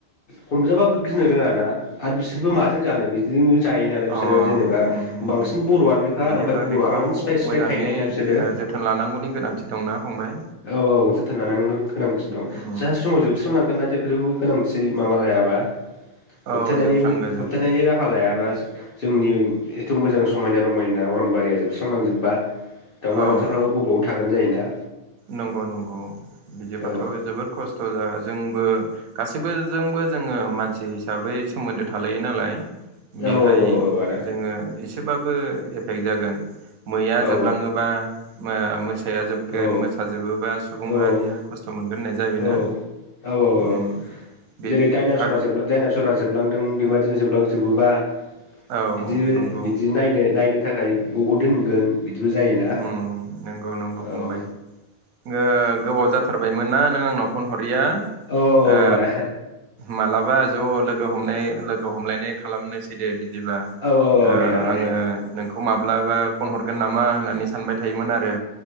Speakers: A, on the left; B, on the right.
A: हमजाबाबो गिनो रोङाना आरो बिसोरबो माजों जानो बिदि जायो नालाय बिसोरो
B: अ
A: जेनोबा
B: होम होम
A: बांसिन
B: होम
A: बर'आनोखा
B: बिदिबा
A: ओमफ्राय बर'आ
B: बेखौ
A: हादानो सिफाय सिफाय
B: मोजाङै
A: थाहैनाय ना बिसोरो।
B: ओ जोथोन लानांगौनि गोनांथि दंना फंबाय
A: औ औ जोथोन लानांगौनि गोनांथि दं।
B: उम
A: फोजोबस्रां लांगोन ना जेफोरखौ गोनांथि माबा लायाबा?
B: औ
A: होबथानायनिबो
B: जोबस्रांगोन
A: होबथानायनि
B: जोबगोन
A: राहा लायाबा। जोंनि एथु मोजां समायना रमायना अरनबारिया जोबस्रांलांजोबबा दावमा
B: औ
A: दावउसाफ्राबो बबाव थागोन जायोना।
B: नंगौ नंगौ बिदिबाथ'
A: औ
B: जोबोर खस थ' जा जोंबो गासैबो जोंबो जोङो मानसि हिसाबै सोमोन्दो थालायो नालाय।
A: औ
B: बेहाय
A: औ औ आदा
B: जोङो एसेबाबो जै जागोन मैया
A: औ
B: जोबलाङोबा <unintelligible> साया जोबगोन
A: औ
B: मो सा जोबोबा सुबुं माहारिया
A: औ
B: खस्थ' मोनगोन होननाय जाहैबायना
A: औ औ औ
B: उम
A: औ
B: बे
A: जेरै डाइनासरा
B: हा
A: जोबलां दाइनासर फोरा जोबलांदों बेबादिनो जोबलांजोबोबा
B: औ
A: बिदि
B: नंगौ
A: बिदि नायनो नायनो थाखाय <unintelligible> दोनगोन? बिदिबो जायोना
B: उम नंगौ नंगौ
A: औ
B: फंबाय। ओ गोबाव जाथारबायमोन ना नों आंनाव फन ह रैया
A: औ
B: ओ
A: औ आदा
B: मालाबा ज' लोगो हमलाय लोगो हमलायनाय खालामनोसै दे बि बिदिबा
A: औ
B: ओ
A: औ दे आदा
B: आङो
A: दे
B: नों खौ माब्लाबा फन हरगोन नामा होननानै सानबाय थायोमोन आरो